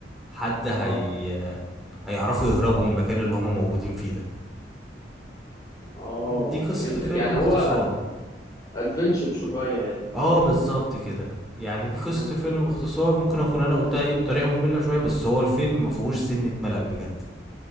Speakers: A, in the centre; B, on the left (about 20°).
A: حد هي
B: اه
A: هيعرفوا يهربوا من المكان اللي هما موجودين فيه ده
B: اه
A: دي قصة
B: فهمتك
A: الفيلم
B: يعني
A: باختصار
B: هو ادفنتشر شويه يعني
A: اه بالظبط كده يعني دي قصة
B: م- م-
A: الفيلم باختصار
B: م.
A: ممكن اكون انا قلتها ايه بطريقة مملة شوية بس هو الفيلم ما فيهوش سنة ملل بجد